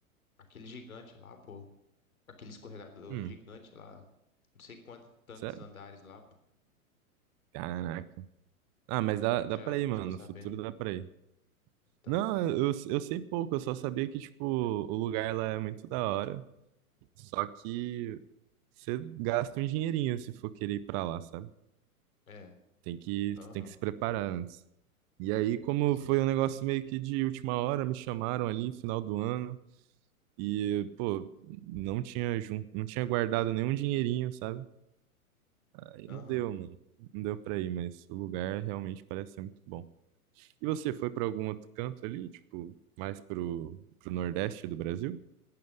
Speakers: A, on the left (about 70°); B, on the right (about 20°).
A: aquele gigante lá, pô. Aquele escorregador
B: Hum,
A: gigante lá. Não sei quantos tantos
B: sério?
A: andares lá, pô.
B: Caraca. Ah, mas dá, dá
A: Você Já
B: pra ir, mano.
A: ficou
B: No
A: sabendo,
B: futuro
A: né?
B: dá pra ir.
A: Então,
B: Não, eu, eu sei pouco, eu só sabia que, tipo, o lugar lá é muito da hora. Só que você gasta um dinheirinho se for querer ir pra lá, sabe?
A: é.
B: Tem que,
A: Aham,
B: tem que se preparar antes. E aí, como
A: sim.
B: foi um negócio meio que de última hora, me chamaram ali, final do ano, e, pô, não tinha, jun- não tinha guardado nenhum dinheirinho, sabe? Aí
A: Aham.
B: não deu, mano. Não deu pra ir, mas o lugar realmente parece ser muito bom. E você foi pra algum outro canto ali, tipo, mais pro, pro Nordeste do Brasil?